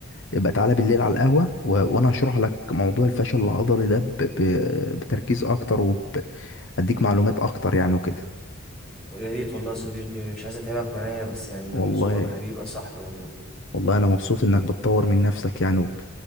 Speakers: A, on the left; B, in the centre.
A: يبقى تعالى بالليل على القهوة و... وأنا هشرح لك موضوع الفشل العضلي ده ب... ب... بتركيز أكتر وأديك معلومات أكتر يعني وكده
B: يا ريت والله يا صديقي مش عايز اتعبك معايا بس يعني ده
A: والله
B: من ذوقك حبيبي يا صاحبي والله
A: والله أنا مبسوط إنك بتطور من نفسك يعني وب...